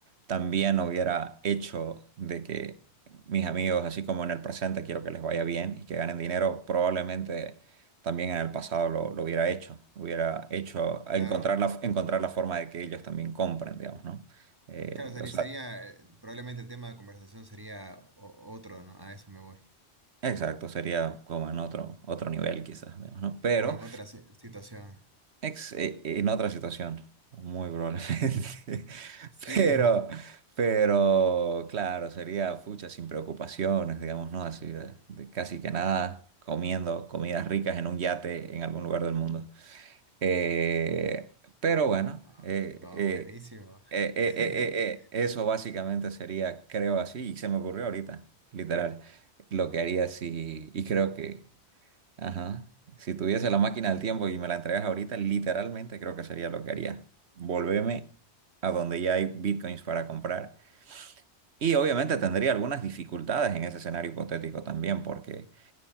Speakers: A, on the right; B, on the right.
A: también hubiera hecho de que mis amigos, así como en el presente quiero que les vaya bien y que ganen dinero, probablemente también en el pasado lo, lo hubiera hecho, hubiera hecho encontrar
B: Claro,
A: la, encontrar la forma de que ellos también compren, digamos, ¿no? Eh,
B: claro, sería,
A: o sea,
B: sería, eh, probablemente el tema de conversación sería o- otro, ¿no? A eso me voy.
A: Exacto, sería como en otro, otro nivel quizás, digamos, ¿no? Pero,
B: O en otra si- situación.
A: Ex- e- en otra situación, muy probablemente. <laughs>
B: Sí.
A: Pero, pero, claro, sería fucha sin preocupaciones, digamos, ¿no? Así de, de casi que nada, comiendo comidas ricas en un yate en algún lugar del mundo. Eh, pero bueno,
B: Ah,
A: eh,
B: no,
A: eh,
B: buenísimo.
A: eh, eh,
B: <laughs>
A: eh, eh, eh, eso básicamente sería, creo así, y se me ocurrió ahorita, literal, lo que haría si, y creo que Ajá. Si tuviese la máquina del tiempo y me la entregas ahorita, literalmente creo que sería lo que haría. Volverme a donde ya hay bitcoins para comprar. Y obviamente tendría algunas dificultades en ese escenario hipotético también, porque